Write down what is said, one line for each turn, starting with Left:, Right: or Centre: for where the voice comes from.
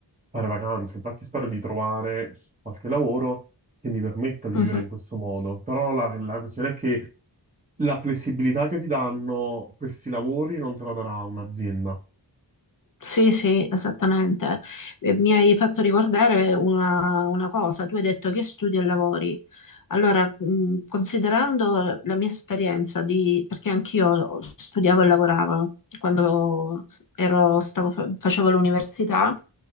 Right: fare vacanze. Infatti, spero di trovare qualche lavoro che mi permetta di
Left: mhm.
Right: vivere in questo modo. Però la, la questione è che la flessibilità che ti danno questi lavori non te la darà un'azienda.
Left: Sì, sì, esattamente. Eh, Mi hai fatto ricordare una, una cosa, tu hai detto che studi e lavori. Allora, mh, considerando la mia esperienza di, perché anch'io studiavo e lavoravo quando ero- stavo fa- facevo l'università,